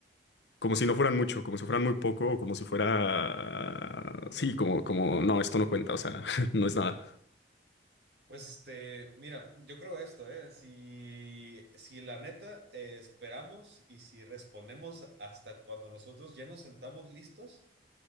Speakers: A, on the left; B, on the right.
A: Como si no fueran mucho, como si fueran muy poco, o como si fuera... Sí, como, como, no, esto no cuenta, o sea, <laughs> no es nada.
B: Pues este, mira, yo creo esto, ¿eh? Si, si la neta eh, esperamos y si respondemos hasta cuando nosotros ya nos sentamos listos,